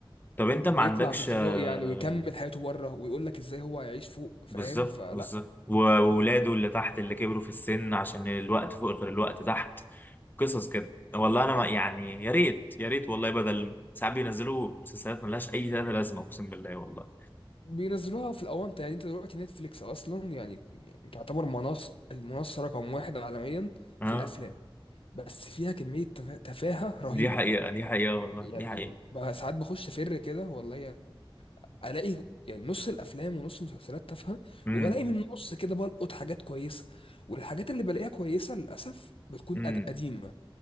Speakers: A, on the left (about 20°); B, on the left (about 80°).
A: طب انت ما
B: ويطلع
A: عندكش
B: في الفضاء
A: آه،
B: يعني ويكمل حياته بره ويقول لك ازاي هو هيعيش فوق فاهم
A: بالظبط
B: فلا
A: بالظبط وولاده اللي تحت اللي كبروا في السن عشان الوقت فوق غير الوقت تحت قصص كده والله انا ما يعني يا ريت يا ريت والله بدل ساعات بينزلوا مسلسلات ملهاش اي تلاته لازمه اقسم بالله والله
B: بينزلوها في الاونطه يعني انت دلوقتي نتفليكس اصلا يعني تعتبر منصه المنصه رقم واحد عالميا
A: اه
B: في الافلام بس فيها كميه تفا- تفاهه رهيبه
A: دي حقيقة دي حقيقة والله
B: يعني
A: دي حقيقة
B: بقى ساعات بخش فر كده والله يعني الاقي يعني نص الافلام ونص المسلسلات تافهه
A: امم
B: وبلاقي من النص كده بلقط حاجات كويسه والحاجات اللي بلاقيها كويسه للاسف بتكون
A: امم
B: قد- قديمه